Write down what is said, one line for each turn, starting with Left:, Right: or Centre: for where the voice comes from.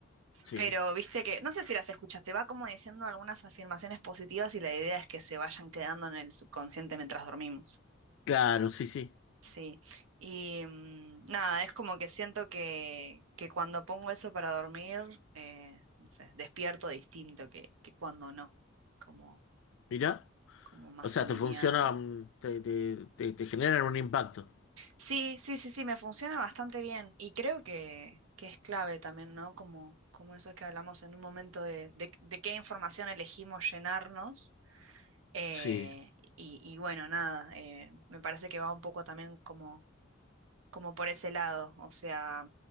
Left: sí.
Right: Pero viste que, no sé si las escuchaste, va como diciendo algunas afirmaciones positivas y la idea es que se vayan quedando en el subconsciente mientras dormimos.
Left: Claro, sí, sí.
Right: Sí. Y mm, nada, es como que siento que, que cuando pongo eso para dormir, eh, no sé, despierto distinto que, que cuando no, como,
Left: Mirá.
Right: como más
Left: O sea,
Right: alineado.
Left: te funciona, mm, te, te, te, te generan un impacto.
Right: Sí, sí, sí, sí, me funciona bastante bien y creo que, que es clave también, ¿no? Como, como eso que hablamos en un momento de, de, de qué información elegimos llenarnos Eh,
Left: Sí,
Right: y, y bueno, nada, eh, me parece que va un poco también como, como por ese lado. O sea,